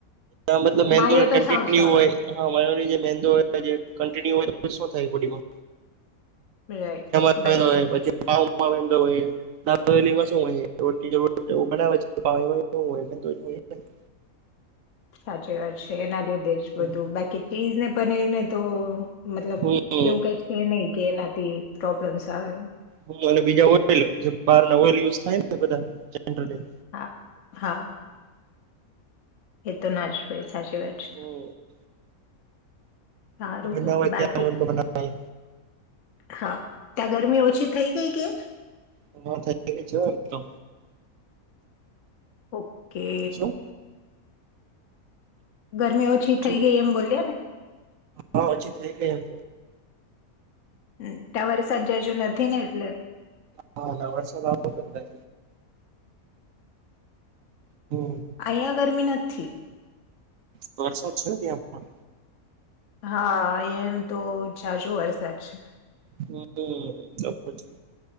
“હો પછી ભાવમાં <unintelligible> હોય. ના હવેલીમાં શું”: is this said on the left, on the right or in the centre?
Right